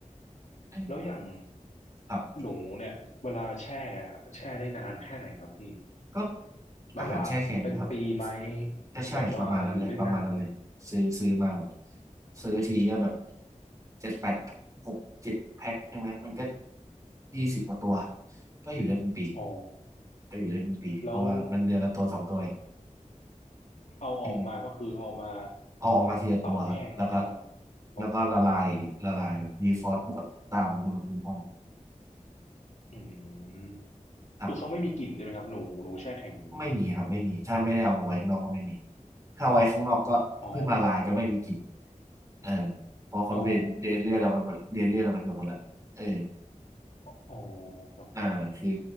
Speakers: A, on the right; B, on the left.
A: เออ
B: แล้วอย่าง
A: ครับ
B: หนูเนี่ยเวลาแช่อะแช่ได้นานแค่ไหนครับพี่
A: ก็
B: แบบว่าเป็นปีไหม
A: อาหารแช่แข็งนะครับก็ใช่ประมาณนั้นเลยประมาณนั้นเลยซื้อซื้อมาแบบ
B: แบบว่าอยู่ได้นาน
A: ซื้อทีก็แบบเจ็ดแปดหกเจ็ดแพ็คใช่ไหมมันก็ยี่สิบกว่าตัวก็อยู่ได้เป็นปี
B: อ๋อ
A: ก็อยู่ได้เป็นปีเพราะว่ามันเดือนละตัวสองตัวเอง
B: แล้วเอาออกมาก็คือเอามา
A: อืมเอาออกมาทีละตัวครับแล้วก็
B: เป่าแห้งอะไรอย่างเงี้ย
A: แล้วก็ละลายละลายแบบดีฟรอสต์หมดตามอุณหภูมิห้อง
B: บอกอืม
A: ครับ
B: คือเขาไม่มีกลิ่นใช่ไหมครับหนูหนูแช่แข็งอย่างนี้
A: ไม่มีครับไม่มีถ้าไม่ได้เอามาไว้ข้างนอกก็ไม่มีถ้าเอาไว้ข้างนอกก็เพิ่งละลายก็ไม่มีกลิ่น
B: อ๋อ
A: เออเพอเขาเดนเดนเลือดออกไปหมดเดนเลือดออกไปเกือบหมดละเออ
B: อ๋ออ๋อครับ
A: อ่าคือ